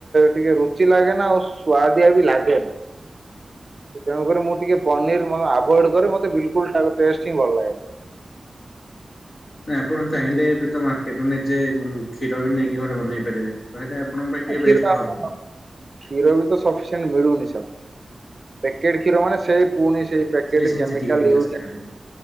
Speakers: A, on the right; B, on the left.
A: ଟିକେ ରୁଚି ଲାଗେନା ଆଉ ସୁଆଦିଆ ବି ଲାଗେ ନା। ତେଣୁକରି ମୁଁ ଟିକେ ପନିର ମୁଁ ଆଭଏଡ କରେ ମତେ ବିଲକୁଲ ଟାକୁ ଟେଷ୍ଟ ହିଁ ଭଲ ଲାଗେ ନା।
B: ନାଁ ଆପଣ ଚାହିଁଲେ ଏବେ ତ ମାର୍କେଟ ନିଜେ କ୍ଷୀର ବି ନେଇକି ଘରେ ବନେଇ ପାରିବେ। ତ ସେଇଟା ଆପଣ ପାଇଁ ଟିକେ
A: ଆ ଖିର
B: ବେଷ୍ଟ
A: <unintelligible>
B: ହବ।
A: କ୍ଷୀର ବି ତ ସଫିସିଏଣ୍ଟ ମିଳୁନି ସବ ପ୍ୟାକେଟ୍ କ୍ଷୀର ମାନେ ସେଇ ପୁନି ସେ ପେକଟ
B: ସେମିତି
A: କେମିକଲ
B: ଟିକେ ଆସିନାହାନ୍ତି।
A: ୟୁଜ